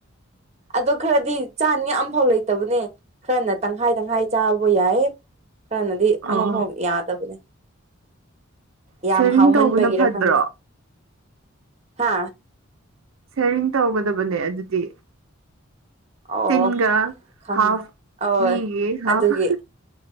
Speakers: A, on the right (about 30°); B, on the right (about 70°).
A: ꯑꯗꯣ ꯈꯔꯗꯤ ꯆꯥꯅꯤ ꯐꯥꯎ ꯂꯩꯇꯕꯅꯦ ꯈꯔꯅ ꯇꯪꯈꯥꯏ ꯇꯪꯈꯥꯏ ꯆꯥꯕ ꯌꯥꯏ ꯈꯔꯅꯗꯤ ꯑꯃꯐꯥꯎ
B: ꯑꯣ
A: ꯌꯥꯗꯕꯅꯦ ꯌꯥꯝ
B: ꯁꯦꯔꯤꯡ
A: ꯍꯥꯎꯃꯟꯕꯒꯤꯔ
B: ꯇꯧꯕꯅ ꯐꯠꯇ꯭ꯔꯣ
A: ꯈꯪꯅꯩ ꯍꯥ
B: ꯁꯦꯔꯤꯡ ꯇꯧꯒꯗꯕꯅꯦ ꯑꯗꯨꯗꯤ
A: ꯑꯣ
B: ꯇꯤꯟꯒ
A: ꯈꯪꯉꯦ
B: ꯍꯥꯐ
A: ꯑ
B: ꯃꯤꯒꯤ ꯍꯥꯐ
A: ꯑꯗꯨꯒꯤ